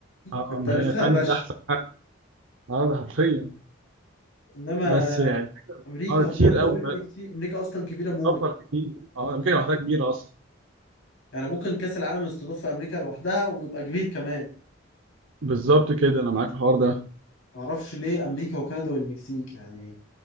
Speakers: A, on the right; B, on the left.
A: اه
B: كنت
A: ما
B: ألفها
A: هي فعلا
B: ماشي
A: دي كانت احسن حاجه عدد حرفيا
B: إنما
A: بس يعني
B: أمريكا
A: اه
B: وكندا
A: كتير قوي
B: أول
A: بقى،
B: بكتير أمريكا أصلا كبيرة موت
A: سفر كتير اه امريكا لوحدها كبيره اصلا
B: يعني ممكن كأس العالم يستضاف في أمريكا لوحدها ويبقى كبير كمان
A: بالظبط كده انا معاك في الحوار ده
B: معرفش ليه أمريكا وكندا والمكسيك يعني